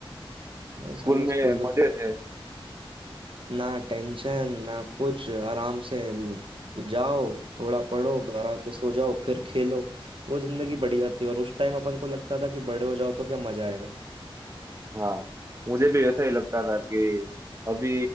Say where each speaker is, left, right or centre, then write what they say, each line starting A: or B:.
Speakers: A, on the right (about 65°); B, on the right (about 30°).
A: वो साला
B: स्कूल में
A: स्कूल में
B: मजे
A: कुछ
B: थे
A: ना टेंशन ना कुछ आराम से लो- जाओ थोड़ा पढ़ो घर आके सो जाओ फिर खेलो वो जिंदगी बढ़िया थी और उस टाइम अपन को लगता था कि बड़े हो जाओ तो क्या मजा आएगा
B: हाँ मुझे भी ऐसा ही लगता था कि अभी